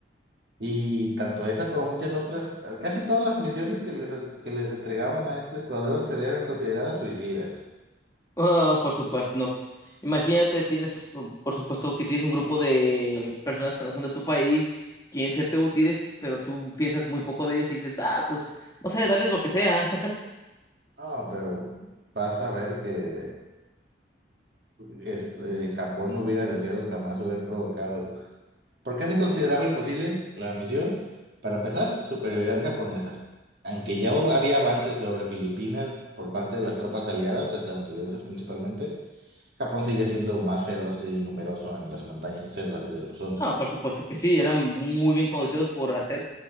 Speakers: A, on the right (about 60°); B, on the left (about 20°).
A: Y tanto esa como muchas otras, casi todas las misiones que les, que les entregaban a este escuadrón se eran consideradas suicidas.
B: Ah, por supuesto, no. Imagínate, tienes, por supuesto que tienes un grupo de personas que no son de tu país, quieren serte útiles, pero tú piensas muy poco de ellos y dices, ah, pues, no sé, dales lo que sea.
A: No, pero vas a ver que es- eh, Japón no hubiera deseado jamás haber provocado. ¿Por qué se consideraba imposible la misión? Para empezar, superioridad japonesa. Aunque ya hu- había avances sobre Filipinas por parte de las tropas aliadas, estadounidenses principalmente, Japón seguía siendo más feroz y numeroso en las montañas y selvas de Luzón.
B: Ah, por supuesto que sí, eran muy bien conocidos por hacer